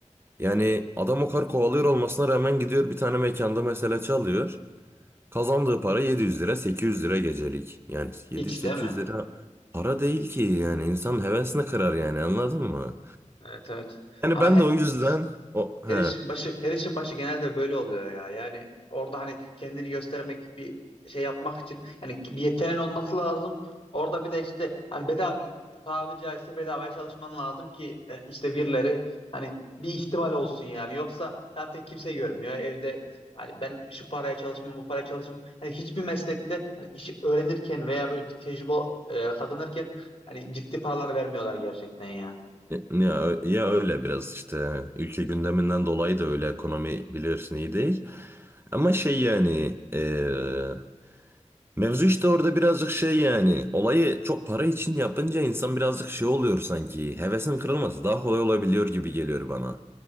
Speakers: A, on the right; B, on the left.
A: Yani adam o kadar kovalıyor olmasına rağmen gidiyor bir tane mekanda mesela çalıyor. Kazandığı para yedi yüz lira sekiz yüz lira gecelik. Yani
B: Hiç
A: yedi yüz sekiz
B: değil mi?
A: yüz lira para değil ki yani insanın hevesini kırar yani anladın mı?
B: Evet evet.
A: Yani
B: Ama
A: ben
B: he-
A: de o yüzden o
B: her
A: he
B: işin başı her işin başı genelde böyle oluyor ya. Yani orada hani kendini göstermek bir şey yapmak için yani bir yeteneğin olması lazım. Orada bir de işte hani bedava tabiri caizse bedavaya çalışman lazım ki e, işte birileri hani bir ihtimal olsun yani. Yoksa zaten kimse görmüyor evde. Hani ben şu paraya çalışmam, bu paraya çalışmam. Hani hiçbir meslekte hani işi öğrenirken veya böyle bir tecrübe e, kazanırken hani ciddi paralar vermiyorlar gerçekten ya
A: ya, ya öyle biraz işte ülke gündeminden dolayı da öyle ekonomi biliyorsun iyi değil. Ama şey yani eee Mevzu işte orada birazcık şey yani olayı çok para için yapınca insan birazcık şey oluyor sanki hevesin kırılması daha kolay olabiliyor gibi geliyor bana.